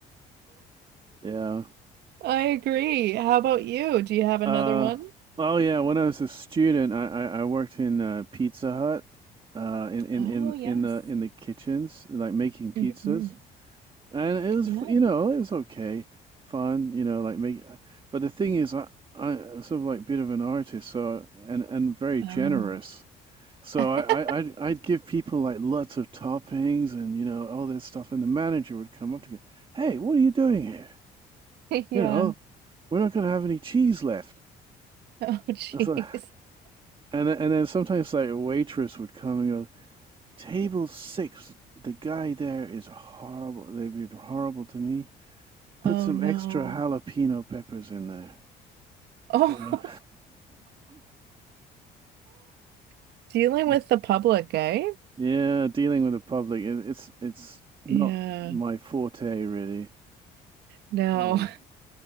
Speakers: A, on the right; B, on the right.
A: Yeah.
B: I agree. How about you? Do you have another
A: Uh,
B: one?
A: oh yeah. When I was a student, I, I, I worked in uh, Pizza Hut, uh, in, in
B: Oh,
A: in
B: yes.
A: in the in the kitchens, like making pizzas,
B: Mhm.
A: and it was
B: Yeah.
A: you know it was okay, fun, you know like make. But the thing is, I I sort of like bit of an artist, so and and very generous,
B: Oh.
A: So
B: <laughs>
A: I, I I'd, I'd give people like lots of toppings and you know all this stuff, and the manager would come up to go, "Hey, what are you doing here?
B: Yeah.
A: You know, we're not going to have any cheese left."
B: <laughs> Oh, jeez.
A: So, and and then sometimes like a waitress would come and go, "Table six, the guy there is horrible. They've been horrible to me. Put
B: Oh,
A: some
B: no.
A: extra jalapeno peppers in there."
B: Oh,
A: You know.
B: <laughs> dealing
A: <laughs>
B: with the public, eh?
A: yeah, dealing with the public, it's it's not
B: Yeah.
A: my forte really.
B: No,
A: Mm.